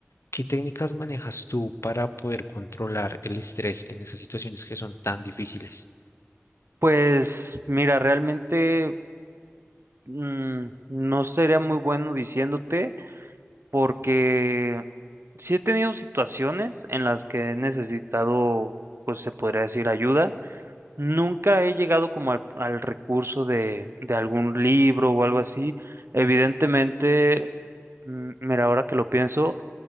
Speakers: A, on the left; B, on the right.
A: ¿Qué técnicas manejas tú para poder controlar el estrés en esas situaciones que son tan difíciles?
B: Pues mira, realmente mm, no sería muy bueno diciéndote. porque sí he tenido situaciones en las que he necesitado, pues se podría decir, ayuda. Nunca he llegado como al, al recurso de, de algún libro o algo así. Evidentemente, mm, mira, ahora que lo pienso,